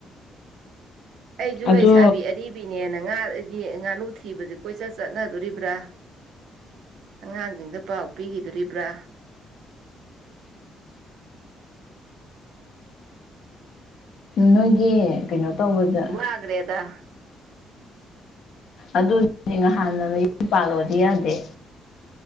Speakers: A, on the right; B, on the left.
A: ꯑꯩꯁꯨ
B: ꯑꯗꯣ
A: ꯂꯩꯁꯥꯕꯤ ꯑꯔꯤꯕꯅꯦꯅ ꯉꯥ ꯉꯥꯅꯨ ꯊꯤꯕꯁꯦ ꯀꯣꯏꯆꯠ ꯆꯠꯅꯗꯣꯔꯤꯕ꯭ꯔꯥ꯫ ꯑꯉꯥꯡꯁꯤꯡꯗ ꯄꯥꯎ ꯄꯤꯈꯤꯗꯣꯔꯤꯕ꯭ꯔꯥ꯫
B: ꯅꯣꯏꯒꯤ ꯀꯩꯅꯣ ꯇꯧꯕꯗ
A: ꯊꯥꯒ꯭ꯔꯦꯗ
B: ꯑꯗꯨꯅꯦ ꯅꯍꯥꯟꯅ ꯌꯨꯝ ꯄꯥꯜꯂꯣꯗꯤ ꯌꯥꯗꯦ꯫